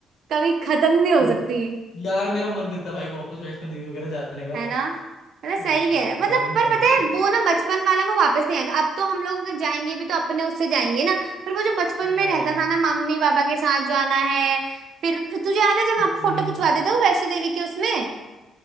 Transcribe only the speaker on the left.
हम्म।
यार मेरा मन करता है भाई वापस वैष्णो देवी वगैरह जाने का
यार
प्लान ही नहीं
बनता
हाँ
हम्म